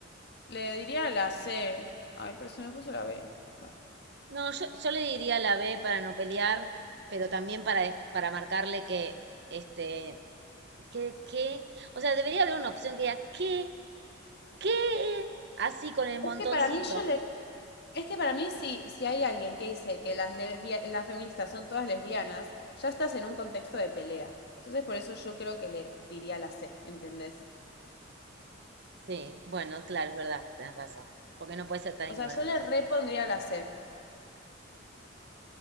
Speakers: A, on the left; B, on the right.
A: le diría la C. Ay, pero se me puso la B. Bueno.
B: No, yo, yo le diría la B para no pelear, pero también para, dej- para marcarle que este, ¿Qué, qué? O sea, debería haber una opción que diga, ¿qué? ¿Qué? Así con el montoncito.
A: Es que para mí yo le... Es que para mí, si, si hay alguien que dice que las, lesbia- las feministas son todas lesbianas, ya estás en un contexto de pelea. Entonces, por eso yo creo que le diría la C, ¿entendés?
B: Sí, bueno, claro, es verdad, tenés razón. Porque no puede ser tan
A: O
B: ignorante.
A: sea, yo le repondría la C,